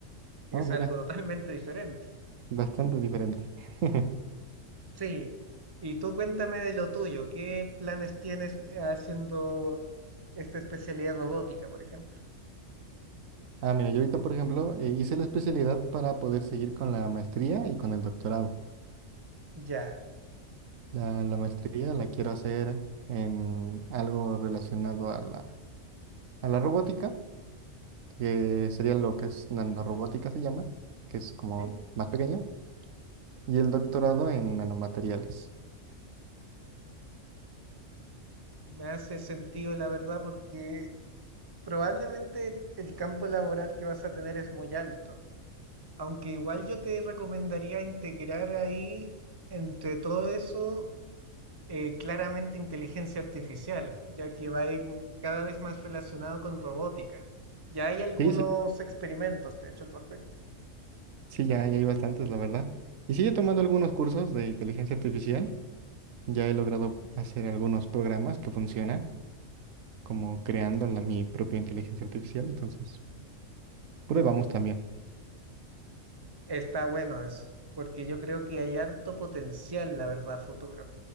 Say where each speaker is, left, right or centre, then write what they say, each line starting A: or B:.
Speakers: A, on the right; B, on the right.
A: que
B: Oh,
A: es
B: mira,
A: algo <laughs> totalmente diferente.
B: bastante diferente. <laughs>
A: Sí, y tú cuéntame de lo tuyo, ¿qué planes tienes eh, haciendo esta especialidad robótica, por ejemplo?
B: Ah, mira, yo ahorita, por ejemplo, eh, hice la especialidad para poder seguir con la maestría y con el doctorado.
A: Ya,
B: La, la maestría la quiero hacer en algo relacionado a la, a la robótica, que sería lo que es nanorobótica se llama, que es como
A: ¿sí?
B: más pequeño, y el doctorado en nanomateriales.
A: Me hace sentido, la verdad, porque probablemente el campo laboral que vas a tener es muy alto, aunque igual yo te recomendaría integrar ahí, entre todo eso, eh, claramente inteligencia artificial, ya que va a ir cada vez más relacionado con robótica. Ya hay algunos
B: Sí, sí,
A: experimentos, de hecho, al respecto.
B: sí, ya, ya hay bastantes, la verdad. Y sigue tomando algunos cursos de inteligencia artificial. Ya he logrado hacer algunos programas que funcionan, como creando la, mi propia inteligencia artificial, entonces... Probamos también.
A: Está bueno eso, porque yo creo que hay harto potencial, la verdad, a futuro.